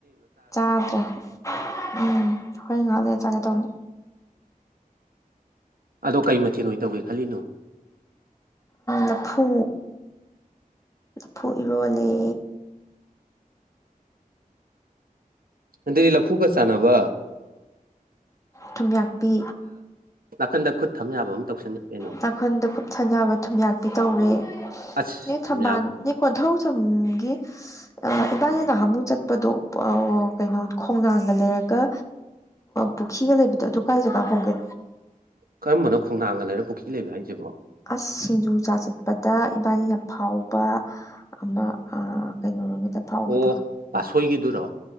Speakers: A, on the left (about 20°); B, on the right (about 85°).
A: ꯆꯥꯗ꯭ꯔꯦ ꯎꯝ ꯍꯣꯏ ꯉꯥꯂꯦ ꯆꯥꯒꯗꯧꯕꯅꯤ
B: ꯑꯗꯣ ꯀꯩ ꯃꯊꯦꯜ ꯑꯣꯏ ꯇꯧꯒꯦ ꯈꯜꯂꯤꯅꯣ
A: ꯂꯐꯨ ꯂꯐꯨ ꯏꯔꯣꯜꯂꯤ
B: ꯍꯟꯗꯅꯤ ꯂꯐꯨꯒ ꯆꯥꯟꯅꯕ
A: ꯊꯨꯝꯌꯥꯛꯄꯤ
B: ꯀꯟꯗ ꯈꯨꯠ ꯊꯝ ꯌꯥꯕ ꯑꯃ ꯇꯧꯁꯤꯟꯈ꯭ꯔꯀꯦ
A: ꯅꯥꯈꯟꯗ ꯀꯨꯞꯊꯅꯕ ꯊꯨꯝꯌꯥꯛꯇꯤ ꯇꯧꯋꯦ
B: ꯑꯁ
A: ꯅꫭꯏ
B: ꯊꯨꯝꯌꯥꯛ
A: ꯊꯕꯥꯜ ꯅꫭꯏ ꯀꯣꯟꯊꯧꯖꯝꯝꯒꯤ ꯏꯕꯥꯅꯤ ꯅꯍꯥꯃꯨꯛ ꯆꯠꯄꯗꯣ ꯀꯩꯅꯣ ꯈꯣꯡꯅꯥꯡꯒ ꯂꯩꯔꯒ ꯄꯨꯈꯤꯒ ꯂꯩꯕꯗꯣ ꯑꯗꯨ ꯀꯥꯏ ꯖꯒ ꯀꯧꯒꯦ
B: ꯀꯔꯝꯕꯅꯣ ꯈꯣꯡꯅꯥꯡꯒ ꯂꯩꯔ ꯄꯨꯈ꯭ꯔꯤ ꯂꯩꯕ ꯍꯥꯏꯁꯤꯕꯣ
A: ꯑꯁ ꯁꯤꯡꯖꯨ ꯆꯥ ꯆꯠꯄꯗ ꯏꯕꯥꯅꯤꯅ ꯐꯥꯎꯕ ꯑꯃ ꯑ ꯀꯩꯅꯣ ꯗ ꯐꯥꯎꯕꯗꯣ
B: ꯑꯣ ꯄꯥꯠꯁꯣꯏꯒꯤꯗꯨꯔꯣ